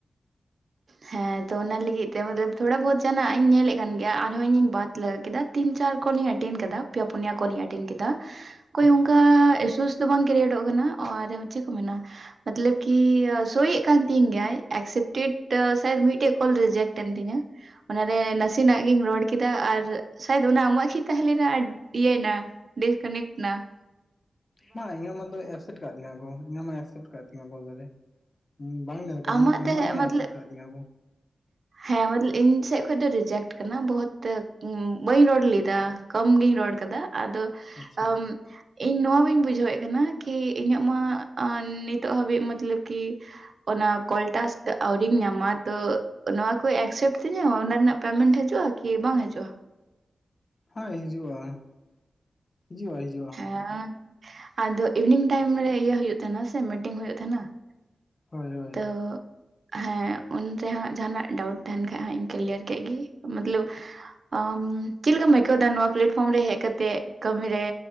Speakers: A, on the right (about 50°); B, on the left (about 35°).
A: ᱦᱮᱸ ᱛᱚ ᱚᱱᱟ ᱞᱟᱹᱜᱤᱫ ᱛᱮ ᱢᱚᱛᱞᱚᱵ ᱛᱷᱚᱲᱟ ᱵᱚᱦᱚᱛ ᱡᱟᱦᱟᱱᱟᱜ ᱤᱧ ᱧᱮᱞᱮᱜ ᱠᱟᱱ ᱜᱮᱭᱟ ᱟᱨᱦᱚᱸ ᱤᱧᱤᱧ ᱵᱟᱫ ᱞᱮᱜᱟ ᱠᱮᱫᱟ ᱾ ᱛᱤᱱ ᱪᱟᱨ ᱠᱚᱞ ᱤᱧ ᱮᱴᱮᱱᱰ ᱠᱟᱫᱟ, ᱯᱮᱭᱟ ᱯᱩᱱᱭᱟ ᱠᱚᱞᱤᱧ ᱮᱴᱮᱱᱰ ᱠᱮᱫᱟ ᱾
B: <inaudible>
A: ᱚᱠᱚᱭ ᱚᱝᱠᱟ ᱮᱥᱩᱥ ᱫᱚ ᱵᱟᱝ ᱠᱨᱤᱭᱮᱴᱚᱜ ᱠᱟᱱᱟ ᱟᱨ ᱪᱮᱜ ᱠᱚ ᱢᱮᱱᱟ ᱢᱚᱛᱞᱚᱵ ᱠᱤ ᱥᱳᱭᱮᱜ ᱠᱟᱱ ᱛᱤᱧ ᱜᱮᱭᱟᱭ ᱮᱠᱥᱮᱯᱴᱮᱰ ᱾ ᱴᱟᱹ ᱥᱟᱭᱟᱫ ᱢᱤᱫᱴᱮᱜ ᱠᱚᱞ ᱨᱮᱡᱮᱠᱴ ᱮᱱ ᱛᱤᱧᱟᱹ ᱾ ᱚᱱᱟᱨᱮ ᱱᱟᱥᱮᱱᱟᱜ ᱜᱤᱧ ᱨᱚᱲ ᱠᱮᱫᱟ ᱟᱨ ᱥᱟᱭᱟᱫ ᱚᱱᱟ ᱟᱢᱟᱜ ᱠᱤ ᱛᱟᱦᱮᱸᱞᱮᱱᱟ ᱟᱰ ᱤᱭᱟᱹᱭᱱᱟ ᱰᱤᱥᱠᱟᱱᱮᱠᱴ ᱱᱟ ᱾
B: ᱵᱟᱝ ᱤᱧᱟᱹᱜ ᱢᱟᱛᱚ ᱮᱠᱥᱮᱯᱴ ᱠᱟᱜ ᱛᱤᱧᱟᱹ ᱠᱚ, ᱤᱧᱟ ᱢᱟ ᱮᱠᱥᱮᱯᱴ ᱠᱟᱜ ᱛᱤᱧᱟᱹ ᱠᱚ ᱵᱚᱞᱮ ᱾ ᱵᱟᱝ ᱧᱮᱞ ᱠᱟᱫᱤᱧ
A: ᱟᱢᱟᱜ
B: ᱢᱚᱱᱮᱦᱚᱭ
A: ᱛᱮ ᱢᱚᱛᱞᱚᱵ
B: ᱮᱠᱥᱮᱯᱴ ᱠᱟᱜ ᱛᱤᱧᱟ ᱠᱚ ᱾
A: ᱦᱮᱸ ᱢᱟᱛ ᱤᱧ ᱥᱮᱜ ᱠᱷᱚᱱ ᱫᱚ ᱨᱮᱤᱡᱮᱠᱴ ᱠᱟᱱᱟ ᱵᱚᱦᱚᱛ ᱵᱟᱹᱧ ᱨᱚᱲᱞᱮᱫᱟ ᱾ ᱠᱚᱢ ᱜᱤᱧ ᱨᱚᱲ ᱠᱟᱫᱟ, ᱟᱫᱚ
B: ᱟᱪᱪᱷᱟ
A: ᱟᱢ ᱤᱧ ᱱᱚᱣᱟ ᱵᱟᱹᱧ ᱵᱩᱡᱷᱟᱹᱣᱮᱜ ᱠᱟᱱᱟ ᱤᱧᱟᱹᱜ ᱢᱟ ᱟᱸ ᱱᱤᱛᱚᱜ ᱦᱟᱹᱵᱤᱡ ᱢᱚᱛᱞᱚᱵ ᱠᱤ ᱚᱱᱟ ᱠᱚᱞ ᱴᱟᱥᱠ ᱟᱹᱣᱨᱤᱧ ᱧᱟᱢᱟ ᱛᱚ ᱱᱚᱣᱟ ᱠᱚ ᱮᱠᱥᱮᱯᱴ ᱛᱤᱧᱟᱹ ᱚᱱᱟ ᱱᱟᱜ ᱯᱮᱢᱮᱱᱴ ᱦᱤᱡᱩᱜᱼᱟ ᱠᱤ ᱵᱟᱝ ᱦᱤᱡᱩᱜᱼᱟ?
B: ᱦᱳᱭ ᱦᱤᱡᱩᱜᱼᱟ, ᱦᱤᱡᱩᱜᱼᱟ, ᱦᱤᱡᱩᱜᱼᱟ ᱾
A: ᱦᱮᱸ ᱟᱫᱚ ᱤᱵᱷᱤᱱᱤᱝ ᱴᱟᱭᱤᱢ ᱨᱮ ᱤᱭᱟᱹ ᱦᱩᱭᱩᱜ ᱛᱟᱦᱮᱱᱟ ᱥᱮ ᱢᱤᱴᱤᱝ ᱦᱩᱭᱩᱜ ᱛᱟᱦᱮᱱᱟ ᱾
B: ᱦᱳᱭ ᱦᱳᱭ
A: ᱛᱚ ᱦᱮᱸ ᱩᱱᱨᱮ ᱦᱟᱸᱜ ᱡᱟᱦᱟᱱᱟᱜ ᱰᱟᱣᱩᱴ ᱛᱟᱦᱮᱱ ᱠᱷᱟᱡ ᱦᱟᱸᱜ ᱤᱧ ᱠᱞᱤᱭᱟᱨ ᱠᱮᱜ ᱜᱮ, ᱢᱚᱛᱞᱚᱵ ᱟᱢ ᱪᱮᱫ ᱞᱮᱠᱟᱢ ᱟᱹᱭᱠᱟᱹᱣᱫᱟ ᱱᱚᱣᱟ ᱯᱞᱟᱴᱯᱷᱚᱨᱚᱢ ᱨᱮ ᱦᱮᱡ ᱠᱟᱛᱮᱜ ᱠᱟᱹᱢᱤᱨᱮ